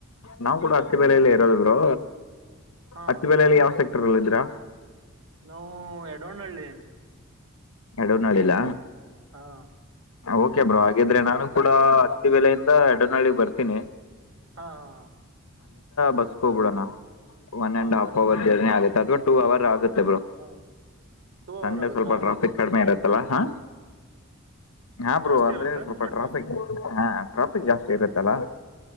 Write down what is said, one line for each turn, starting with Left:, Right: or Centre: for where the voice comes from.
Left: ನಾವು ಕೂಡ ಅತ್ತಿ ಬೆಲಲಿ ಇರೋದಬ್ರು
Right: ಹಾ
Left: ಅತ್ತಿ ಬೆಲಲಿ ಯಾವ ಸೆಕ್ಟರ್ ಅಲ್ಲ ಇದ್ರ
Right: ನಾವು ಎಡೋ್ಣಹಳ್ಳಿ
Left: ಎಡವ ನಡಿಿಲ್ಲ
Right: ಹಾ
Left: ಓಕೆ ಬ್ರೋ ಹಾಗಿದ್ರೆ ನಾನು ಕೂಡ ಹತ್ತಿ ವಲೆಯಿಂದ ಎರಡನಳ್ಳಿ ಬರ್ತೀನಿ
Right: ಹಾ ಹಾ
Left: ಬಸ್ ಹೋಗಬಿಡೋಣ ಒನ್
Right: ಹಾ
Left: ಅಂಡ್ ಹಾಫ್
Right: ಆಯ್ತು
Left: ಅವರ್
Right: ಬ್ರೋ
Left: ಜರ್ನಿ ಆಗುತ್ತೆ ಅಥವಾ ಟೂ ಅವರ್ ಆಗುತ್ತ
Right: ಹಾ ಟೂ
Left: ಸಂಡೆ
Right: ಅವರ್ ಆಗುತ್ತಾ
Left: ಸ್ವಲ್ಪ ಟ್ರಾಫಿಕ್ ಕಡಿಮೆ ಇರತ್ತಲ್ಲ ಹಾ ಹಾ ಬ್ರೂ
Right: ಜಾಸ್ತಿ
Left: ಅಂದ್ರೆ
Right: ಇರುತ್ತಾ
Left: ಸ್ವಲ್ಪ
Right: ಇನ್ನು ಕಡಿಮೆ
Left: ಟ್ರಾಫಿಕ್
Right: ಇರುತ್ತ
Left: ಹ ಟ್ರಾಫಿಕ್ ಜಾಸ್ತಿ ಇರುತ್ತಲ್ಲಾ